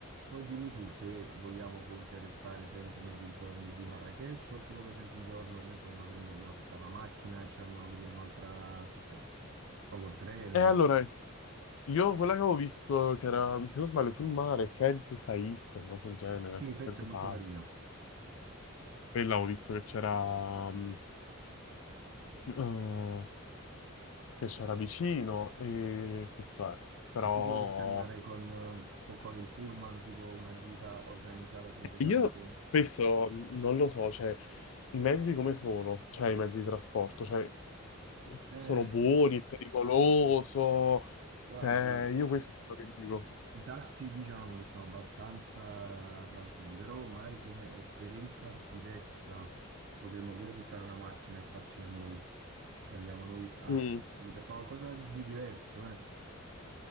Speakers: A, on the right; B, on the left.
A: poi dimmi tu se vogliamo comunque restare sempre nei dintorni di Marrakech o tipo per esempio un giorno, che ne so, andiamo a prendere, vogliamo affittare una macchina e ce ne andiamo a vedere un'altra città. O col treno.
B: E allora, io quella che avevo visto, che era, se non sbaglio, sul mare, Fez Saiz, una cosa del genere,
A: Sì, Fez
B: Fez
A: è molto
B: Saiz.
A: carina.
B: e l'avevo visto che c'era mh, eh, che c'era vicino e questo è. Però
A: E tu ci vorresti andare con, eh, co- con il pullman, tipo una gita organizzata sempre tramite...
B: io spesso mh, non lo so, cioè i mezzi come sono? Cioè i mezzi di trasporto, cioè
A: Eh,
B: sono buoni, è pericoloso,
A: guarda,
B: cioè io questo è quello che dico.
A: I taxi diciamo che sono abbastanza tranquilli, però magari come esperienza diversa potremmo pure fittare una macchina e farcela noi. Cioè andiamo noi a
B: Mm.
A: farcela lì per fare qualcosa di diverso, eh.